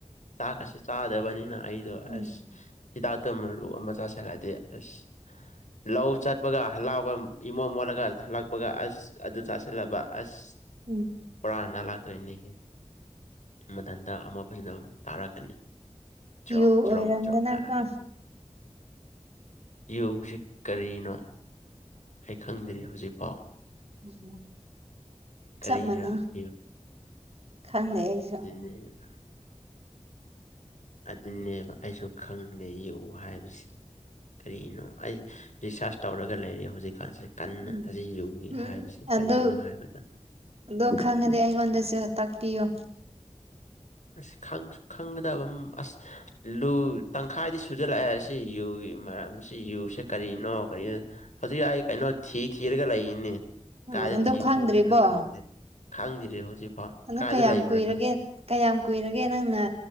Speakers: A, on the left; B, on the right.
A: ꯆꯥꯛꯀꯁꯤ ꯆꯥꯗꯕꯅꯤꯅ ꯑꯩꯗꯣ
B: ꯎꯝ
A: ꯑꯁ ꯍꯤꯗꯥꯛꯇꯣ ꯃꯔꯨ ꯑꯃ ꯆꯥꯁꯤꯜꯂꯗꯤ ꯑꯁ ꯂꯧ ꯆꯠꯄꯒ ꯍꯜꯂꯛꯑꯕ ꯏꯃꯣꯠ ꯃꯣꯠꯂꯒ ꯍꯜꯂꯛꯄꯒ ꯑꯁ ꯑꯗꯨ ꯆꯥ ꯁꯤꯜꯂꯕ ꯑꯁ
B: ꯎꯝ
A: ꯄꯨꯔꯥ ꯅꯥꯂꯛꯇꯣꯏꯅꯤꯍꯦ ꯃꯊꯟꯇ ꯑꯃꯣꯠꯄꯁꯤ ꯗꯨꯝ ꯇꯥꯔꯛꯀꯅꯤ ꯆ꯭ꯔꯣꯡ
B: ꯌꯨ
A: ꯆ꯭ꯔꯣꯡ
B: ꯑꯣꯏꯔꯝꯗꯅꯀꯣ
A: ꯆ꯭ꯔꯣꯡ ꯇꯥꯔꯛꯀꯅꯤ ꯌꯨꯁꯤ ꯀꯔꯤꯅꯣ ꯑꯩ ꯈꯪꯗ꯭ꯔꯤ ꯍꯧꯖꯤꯛꯐꯥꯎ
B: <inaudible>
A: ꯀꯔꯤꯔꯥ
B: ꯆꯞ ꯃꯥꯟꯅꯩ
A: ꯌꯨ
B: ꯈꯪꯗꯦ ꯑꯩꯁꯨ
A: ꯎꯝ ꯑꯗꯨꯅꯦꯕ ꯑꯩꯁꯨ ꯈꯪꯗꯦ ꯌꯨ ꯍꯥꯏꯕꯁꯤ ꯀꯔꯤꯅꯣ ꯑꯩ ꯔꯤꯁꯥꯔꯁ ꯇꯧꯔꯒ ꯂꯩꯔꯦ ꯍꯧꯖꯤꯛꯀꯥꯟꯁꯦ ꯀꯟꯅ
B: ꯎꯝ
A: ꯑꯁꯤ ꯌꯨꯒꯤ
B: ꯎꯝ
A: ꯍꯥꯏꯕꯁꯤ
B: ꯑꯗꯨ
A: ꯀꯔꯤꯒꯤꯅꯣ ꯍꯥꯏꯕꯗ
B: ꯑꯗꯣ ꯈꯪꯉꯗꯤ ꯑꯩꯉꯣꯟꯗꯁꯨ ꯇꯥꯛꯄꯤꯌꯨ
A: ꯑꯁ ꯈꯪꯗꯦ ꯈꯪꯒꯗꯕ ꯑꯁ ꯂꯨ ꯇꯪꯈꯥꯏꯗꯤ ꯁꯨꯖꯜꯂꯛꯑꯦ ꯁꯤ ꯌꯨꯒꯤ ꯃꯔꯝꯁꯤ ꯌꯨꯁꯤ ꯀꯔꯤꯅꯣ ꯀꯔꯤꯅꯣ ꯍꯧꯖꯤꯛ ꯑꯩ ꯀꯩꯅꯣ ꯊꯤ ꯊꯤꯔꯒ ꯂꯩꯔꯤꯅꯤ
B: ꯎꯝ
A: ꯀꯥꯏꯗ
B: ꯑꯗꯣ
A: ꯊꯤ
B: ꯈꯪꯗ꯭ꯔꯤꯕꯣ
A: ꯐꯪꯗꯣꯏꯅꯣ ꯈꯪꯗꯦ ꯈꯪꯗ꯭ꯔꯤ ꯍꯧꯖꯤꯛꯐꯥꯎ
B: ꯑꯗꯨ
A: ꯀꯥꯏꯗ
B: ꯀꯌꯥꯝ
A: ꯂꯩꯕ꯭ꯔꯥ
B: ꯀꯨꯏꯔꯒꯦ
A: ꯅꯪ
B: ꯀꯌꯥꯝ ꯀꯨꯏꯔꯒꯦ ꯅꯪꯅ